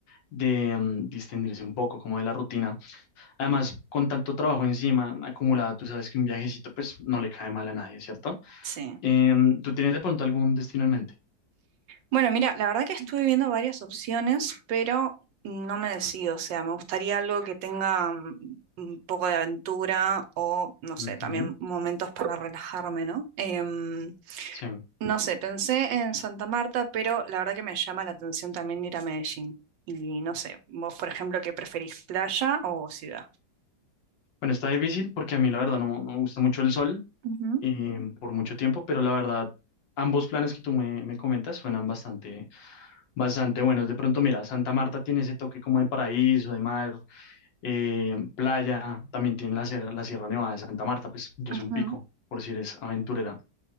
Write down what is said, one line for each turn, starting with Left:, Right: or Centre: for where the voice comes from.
Left: de mm, distendirse un poco como de la rutina. Además, con tanto trabajo encima acumulado, tú sabes que un viajecito pues no le cae mal a nadie, ¿cierto?
Right: Sí.
Left: Em, ¿tú tienes de pronto algún destino en mente?
Right: Bueno, mira, la verdad que estuve viendo varias opciones, pero no me decido. O sea, me gustaría algo que tenga mm, un poco de aventura o, no sé,
Left: Ujú,
Right: también momentos para relajarme, ¿no? Em,
Left: sí.
Right: No sé, pensé en Santa Marta, pero la verdad que me llama la atención también ir a Medellín. Y no sé, vos, por ejemplo, ¿qué preferís, playa o ciudad?
Left: Bueno, está difícil porque a mí la verdad no, no me gusta mucho el sol,
Right: Ujú,
Left: eh, por mucho tiempo, pero la verdad, ambos planes que tú me, me comentas suenan bastante, bastante buenos. De pronto, mira, Santa Marta tiene ese toque como de paraíso, de mar, eh, playa, también tiene la, ser- la Sierra Nevada de Santa Marta, pues, que es
Right: ujú,
Left: un pico, por si eres aventurera.